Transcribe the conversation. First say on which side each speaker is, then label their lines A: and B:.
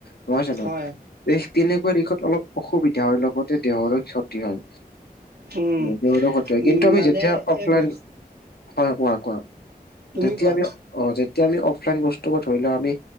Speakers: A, on the left; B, on the right.
A: নহয় জানো।
B: হয়
A: তেনেকুৱা দিশত অলপ অসুবিধা হয় লগতে দেহৰো ক্ষতি হয়।
B: উম
A: দেৰ স কিন্তু
B: উম
A: আমি
B: মানে
A: যেতিয়া অফলাইন,
B: এই বস্তু
A: হয় কোৱা কোৱা
B: তুমি
A: যেতিয়া
B: কোৱা
A: আমি অ যেতিয়া আমি অফলাইন বস্তু ধৰি লও আমি।